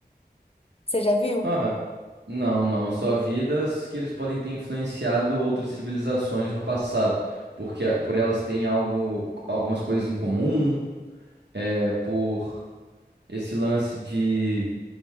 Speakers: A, on the left; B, on the right.
A: Você já viu?
B: Ah, Não, não, só vidas que eles podem ter influenciado outras civilizações no passado, porque por elas têm algo, algumas coisas em comum, é, por esse lance de